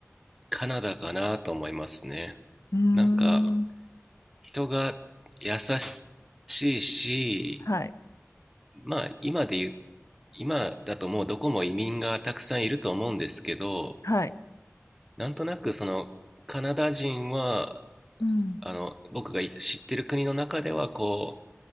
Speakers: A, in the centre; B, on the left.
A: カナダかなと思いますね。
B: うーん。
A: なんか、人が優しいし、
B: はい。
A: まあ、今で言う、今だともうどこも移民がたくさんいると思うんですけど、
B: はい。
A: なんとなくそのカナダ人は、
B: うん。
A: あの、僕がい知ってる国の中ではこ